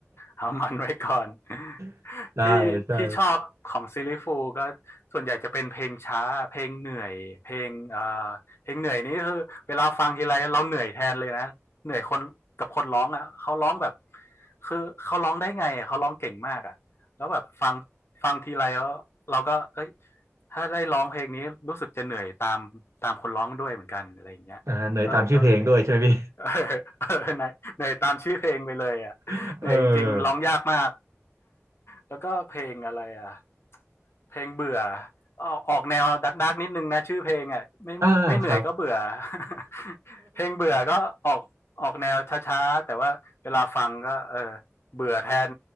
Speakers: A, on the left; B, on the right.
A: เอามันไว้ก่อน <laughs>
B: <laughs> ใช่ใช่
A: ที่ที่ชอบของซิลลี่ฟูลส์ก็ส่วนใหญ่จะเป็นเพลงช้าเพลงเหนื่อยเพลงเอ่อเพลงเหนื่อยนี่คือเวลาฟังทีไรเราเหนื่อยแทนเลยนะเหนื่อยคนกับคนร้องอ่ะเขาร้องแบบคือเขาร้องได้ไงอะเขาร้องเก่งมากอ่ะแล้วแบบฟังฟังทีไรแล้วเราก็เอ้ยถ้าได้ร้องเพลงนี้รู้สึกจะเหนื่อยตามตามคนร้องด้วยเหมือนกันอะไรอย่างเงี้ยเออก็
B: อ่าเหนื่อยตามชื่อเพลงด้วยใช่ไหมพี่
A: <laughs> เหนื่อยเหนื่อยตามชื่อเพลงไปเลยอ่ะเหนื่อยจริงๆร้องยากมาก
B: <laughs> เออ
A: แล้วก็เพลงอะไรอ่ะ เพลงเบื่อออกแนวดักดักนิดนึงนะชื่อเพลงอ่ะไม่ไม่เหนื่อยก็เบื่อ
B: อ่าครับ <laughs>
A: <laughs> เพลงเบื่อก็ออกออกแนวช้าๆแต่ว่าเวลาฟังก็เออเบื่อแทน